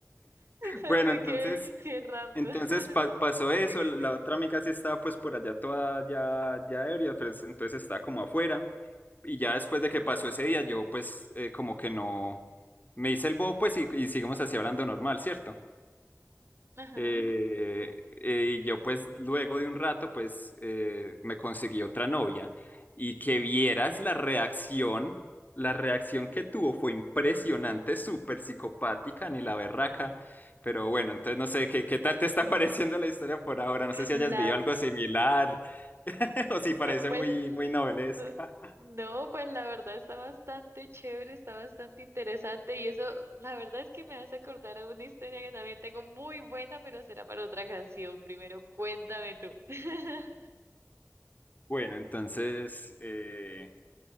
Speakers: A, on the right; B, on the left.
A: Ay,
B: Bueno, entonces,
A: qué, qué random.
B: entonces
A: <laughs>
B: pa- pasó eso,
A: Sigue,
B: la
A: sigue.
B: otra amiga sí estaba pues por allá toda ya, ya ebria, pues entonces estaba como afuera. Y ya después de que pasó ese día, yo pues eh, como que no, me hice el bobo pues y, y seguimos así hablando normal, ¿cierto?
A: Ajá.
B: Eh, eh, y yo pues luego de un rato pues eh, me conseguí otra novia y que vieras la reacción, la reacción que tuvo fue impresionante, súper psicopática, ni la berraca, pero bueno, entonces no sé, ¿qué, qué tal te está <laughs> pareciendo la historia por ahora? No sé si hayas
A: La,
B: vivido algo similar <laughs> o si
A: no
B: parece
A: pues.
B: muy, muy novelesca.
A: No, no, pues la verdad está bastante chévere, está bastante interesante y eso, la verdad es que me hace acordar a una historia que también tengo muy buena, pero será para otra canción. Primero, cuéntame tú. <laughs>
B: Bueno, entonces... eh,